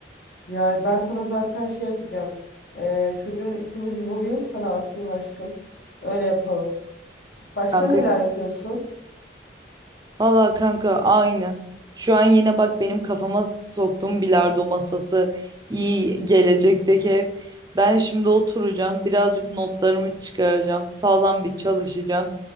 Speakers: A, on the left (about 60°); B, on the right (about 20°).
A: Yani ben sana zaten şey yapacağım. Ee, çocuğun ismini bir bulayım sana atayım aşkım. Öyle yapalım. Başka
B: Kanka
A: neler yapıyorsun?
B: Valla kanka aynı. Şu an yine bak benim kafama soktuğum bilardo masası iyi gelecekteki ev. Ben şimdi oturacağım, birazcık notlarımı çıkaracağım, sağlam bir çalışacağım.